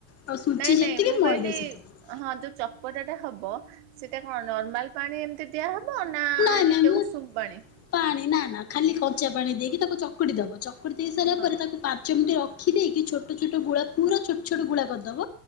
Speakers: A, on the left; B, on the right.
A: ଆଉ ସୁଜି
B: ନାଇଁ ନାଇଁ
A: ଯେତିକି
B: ମୁଁ କହିଲି
A: ମଇଦା ସେତିକି।
B: ହଁ ଯୋଉ ଚକଟା ଟା ହବ ସେଟା କଣ ନର୍ମାଲ ପାଣି ଏମିତି ଦିଆହବ ନା
A: ନାଇଁ
B: ଟିକେ
A: ନାଇଁ ମୁଁ
B: ଉ ଉଷୁମ ପାଣି?
A: ପାଣି ନା ନା ଖାଲି କଞ୍ଚା ପାଣି ଦେଇକି ତାକୁ ଚକୁଡ଼ି ଦବ। ଚକୁଟି ଦେଇ ସାରିଲା
B: ହଁ
A: ପରେ ତାକୁ ପାଞ୍ଚ ମିନିଟ୍ ରଖ ରଖି ଦେଇକି ଛୋଟ ଛୋଟ ଗୁଳା ପୁରା ଛୋଟ ଛୋଟ ଗୁଳା କରିଦବ।